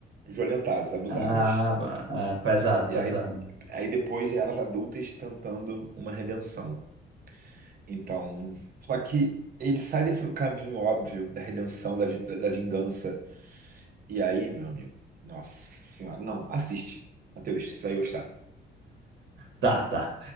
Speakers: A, on the right (about 50°); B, on the right (about 75°).
A: violentadas, abusadas.
B: Ah, ba- ah, pesado,
A: E
B: pesado.
A: aí, aí depois elas adultas tentando uma redenção. Então, só que ele sai desse caminho óbvio da redenção, da, vi- da vingança. E aí, meu amigo, nossa senhora, não, assiste. Matheus, você vai gostar.
B: Tá, tá.